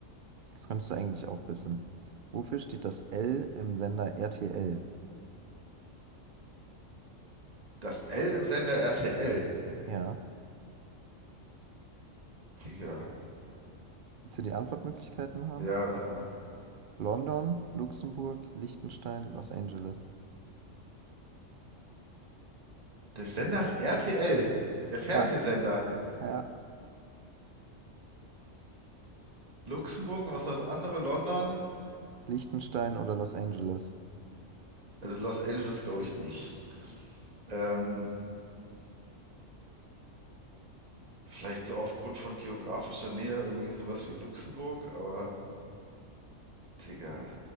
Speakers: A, on the right; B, on the right.
A: Das könntest du eigentlich auch wissen. Wofür steht das L im Sender RTL?
B: Das L im Sender RTL.
A: Ja.
B: Digga.
A: Willst du die Antwortmöglichkeiten haben?
B: Ja, sag mal.
A: London, Luxemburg, Liechtenstein, Los Angeles.
B: Des Senders RTL. Der Fernsehsender.
A: Ja, ja.
B: Luxemburg und was war das andere? London?
A: Liechtenstein oder Los Angeles?
B: Also Los Angeles glaube ich nicht. Ähm, vielleicht so aufgrund von geografischer Nähe irgendwie sowas wie Luxemburg, aber Digga,